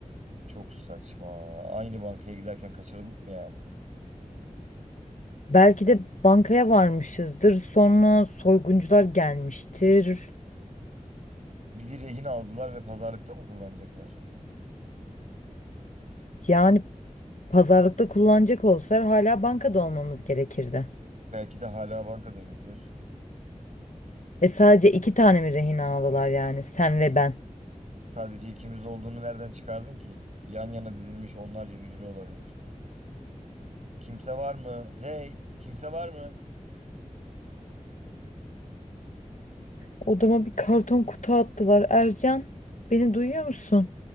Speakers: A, on the right; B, on the left.
A: Çok saçma. Aynı bankaya giderken kaçırıldık mı yani?
B: Belki de bankaya varmışızdır. Sonra soyguncular gelmiştir.
A: Bizi rehin aldılar ve pazarlıkta mı kullanacaklar?
B: Yani pazarlıkta kullanacak olsalar hala bankada olmamız gerekirdi.
A: Belki de hala bankadayızdır.
B: E sadece iki tane mi rehin aldılar yani sen ve ben?
A: Sadece ikimiz olduğunu nereden çıkardın ki? Yan yana dizilmiş onlarca hücre olabilir. Kimse var mı? Hey, kimse var mı?
B: Odama bir karton kutu attılar. Ercan, beni duyuyor musun?